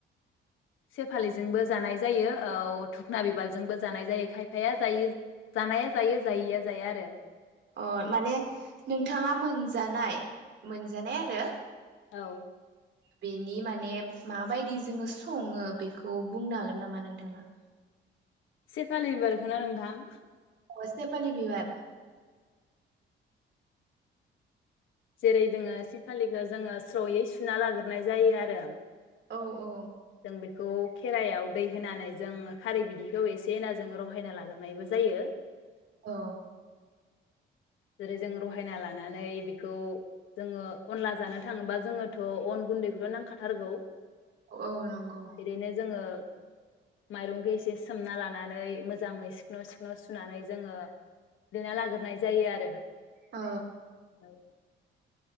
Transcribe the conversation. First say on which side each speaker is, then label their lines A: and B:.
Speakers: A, on the left; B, on the right.
A: सेफालिजोंबो जानाय जायो औ धुखना बिबारजोंबो जानाय जायो। खायफाया जायो जानाया जायो जायिया जाया आरो।
B: अह माने नोंथाङा मोनजानाय मोनजानाय आरो?
A: औ।
B: बेनि माने माबायदि जोङो सङो बेखौ बुंनो हागोन नामा नोंथाङा?
A: सेफालि बिबारखौना नोंथां?
B: अह सेेपालि बिबार।
A: जेरै जोङो सेफालिखौ जोङो स्रयै सुना लाग्रोनाय जायो आरो।
B: औ औ
A: जों बेखौ खेरायाव दै होनानै जों खारै बिदैखौ एसे होना जों रहायना लाग्रोनायबो जायो।
B: औ।
A: जेरै जों रहायना लानानै बे बेखौ जोङो अनला जानो थाङोबा जोङोथ' अन गुन्दैखौथ' नांखाथारगौ।
B: औ नंगौ
A: ओरैनो जोङो माइरंखौ एसे सोमना लानानै मोजाङै सिखन' सिखन' सुनानै जोङो देना लाग्रोनाय जायो आरो।
B: औ।
A: औ